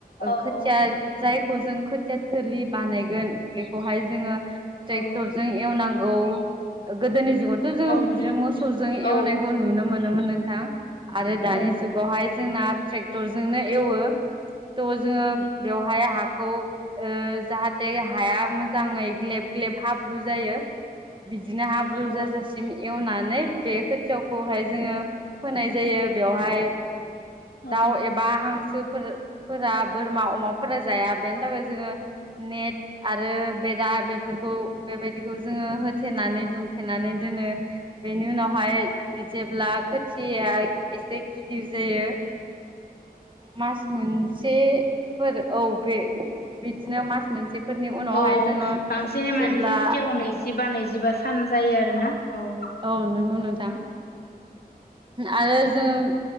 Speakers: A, on the left; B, on the right.
A: औ
B: खोथिया जायखौ जों खोथिया थोलि बानायगोन बेखौहाय जोङो ट्रेक्टरजों
A: औ
B: एवनांगौ गोदोनि जुगाव थ' जोङो
A: औ
B: बिदिनो
A: नंगौ
B: मोसौजों
A: औ
B: एवनायखौ
A: औ
B: नुनो मोनोमोन नोंथां आरो दानि
A: औ
B: जुग बेवहाय जोंना ट्रेक्टरजोंनो एवो थ' जोङो बेवहाय हाखौ जाहाथे हाया मोजाङै ग्लेब ग्लेब हाब्रु जायो बिदिनो हाब्रु
A: औ
B: जाजासिम एवनानै बे ावखौहाय जोङो होनाय जायो बेवहाय
A: औ
B: दाउ एबा बा हांसोफोरा बोरमा अमाफोरा जाया बेनि थाखाय जोङो नेट आरो बेरा बे बेफोरखौ बेबायदिखौ जोङो होथेनानै दुमथेनानै दोनो बेनि उनावहाय जेब्ला खोथिया एसे गिदिर जायो मास मोनसेफोर औ बे बिदिनो मास मोनसे फोरनि उनावहाय
A: औ
B: जोङो
A: बांसिनै मानो
B: जेब्ला
A: जों खोथियाखौ नैजिबा नैजिबा सान जायो आरो ना औ
B: औ नंगौ नोंथां आरो जोङो